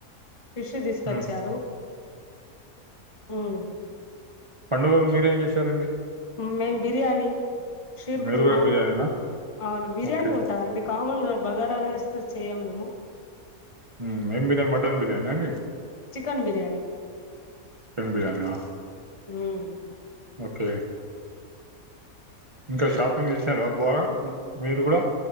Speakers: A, on the left (about 25°); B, on the right (about 30°).
A: ఫిష్ తీసుకొచ్చారు
B: ఉమ్,
A: ఉమ్మ్.
B: పండుగకి మీరేం చేశారండి.
A: మేం బిర్యానీ షీర్
B: మీరు
A: కుర్మా
B: కూడా బిర్యానీనా
A: ఔను బిర్యానీ
B: ఓకే
A: ఉంటుందండి కామన్గ బగారారైస్తొ చేయ్యమ్ మేము.
B: ఉమ్ ఏం బిర్యాన్ మటన్ బిర్యానండి.
A: చికన్ బిర్యాని.
B: కన్ బిర్యానా.
A: ఊమ్.
B: ఒకే ఇంకా షాపింగ్ జేసారా బాగా. మీరు కూడా